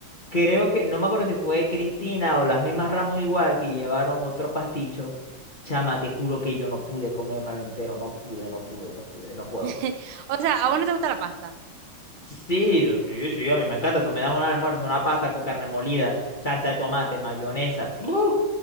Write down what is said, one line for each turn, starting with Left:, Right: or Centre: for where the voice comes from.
Left: creo que, no me acuerdo si fue Cristina o las mismas Ramos igual que llevaron otro pasticho. Chama, te juro que yo no pude comérmelo entero, no pude, no pude, no pude, no puedo.
Right: <laughs> O sea, a vos no te gusta la pasta,
Left: Sí, yo- sí, sí, a mí me encanta. Tú me das un almuerzo, una pasta con carne molida, salsa de tomate, mayonesa. ¡pruf!